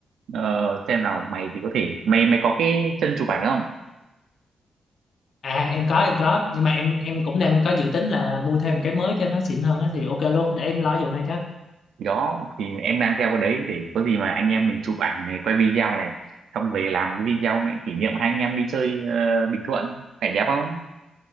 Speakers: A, on the right; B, on the left.
A: Ờ, xem nào mày thì có thể mày mày có cái chân chụp ảnh không
B: À em có em có nhưng mà em em cũng đang có dự tính là mua thêm cái mới cho nó xịn hơn á thì ok luôn để em lo vụ này chứ.
A: đó thì em đang theo cái đấy để có gì mà anh em mình chụp ảnh này quay video này xong về làm cái video này kỷ niệm hai anh em đi chơi ờ, Bình Thuận phải đẹp không